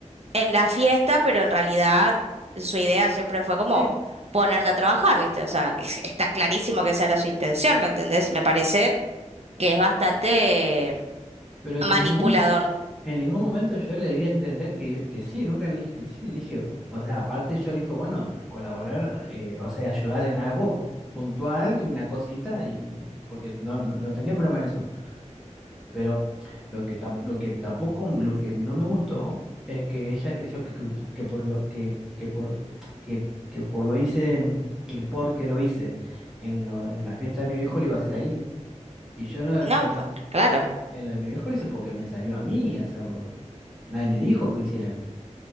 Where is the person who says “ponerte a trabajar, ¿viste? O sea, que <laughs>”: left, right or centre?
Right